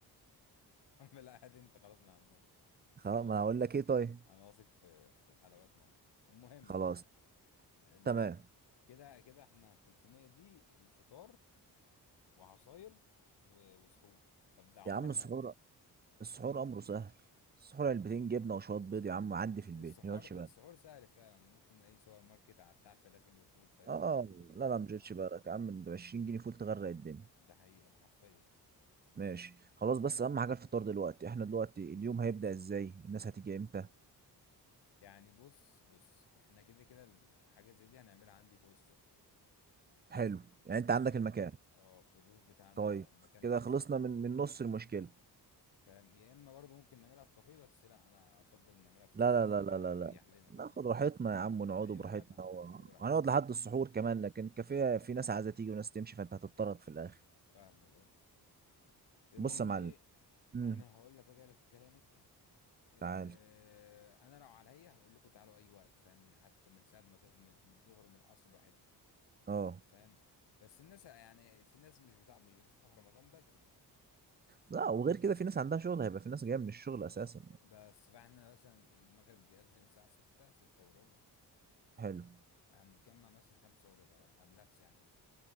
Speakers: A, on the left; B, on the right.
A: يا عم لا هات انت خلاص من عندهم
B: خلاص
A: انا واثق
B: ما انا هقول لك ايه طيب
A: انا واثق في في حلويات مامتك المهم
B: خلاص
A: المهم
B: تمام
A: كده كده احنا 300 دي الفطار وعصاير و- وسحور طب ده عمرها
B: يا عم السحور
A: ما هتكفي
B: السحور امره سهل السحور علبتين جبنه وشويه بيض يا عم عدي في البيت
A: السحور
B: ما تشغلش بالك
A: السحور سهل فعلا ممكن اي سوبر ماركت على بتاع فلافل وفول فاهم
B: اه
A: نظبط الدنيا
B: لا لا ما تشغلش
A: اه
B: بالك يا عم ب 20 جنيه فول تغرق الدنيا
A: ده حقيقه ده حرفيا
B: ماشي خلاص بس اهم حاجه الفطار دلوقتي احنا دلوقتي اليوم هيبدا ازاي الناس هتيجي امتى
A: يعني بص بص احنا كده كده حاجه زي دي هنعملها عندي فوق السطح
B: حلو يعني انت
A: ماشي
B: عندك المكان
A: اه في الروف بتاعنا
B: طيب
A: مكان
B: كده
A: حلو
B: خلصنا
A: يعني
B: من من نص المشكله
A: فاهم يا اما برضه ممكن نعملها في كافيه بس لا انا افضل نعملها في
B: لا
A: الروف
B: لا لا
A: يبقى
B: لا لا لا
A: اريح لنا
B: ناخد
A: فاهم
B: راحتنا يا عم ونقعد
A: ايوه
B: براحتنا
A: جدع
B: و-
A: ناخد راحتنا
B: وهنقعد لحد
A: وكده
B: السحور كمان لكن الكافيه في ناس عايزه تيجي وناس تمشي فانت هتضطرد في الاخر
A: فاهمك اه المهم
B: بص يا معلم
A: ايه ما
B: امم
A: انا هقول لك وجع في الكلام اتقل. إيه
B: تعال
A: انا لو عليا هقول لكم تعالوا اي وقت فاهم حتى من ساعه ما تصحوا من الظهر من العصر براحتكم
B: اه
A: فاهم بس الناس يعني في ناس مش بتاع مش بتصحى في رمضان بدري
B: لا وغير كده في ناس عندها شغل هيبقى في ناس جايه من الشغل اساسا يعني
A: بس فاحنا مثلا المغرب بيأذن الساعه 6 6 وربع
B: حلو
A: هنتجمع مثلا خمسة وربع ولا قبلها بساعة مثلا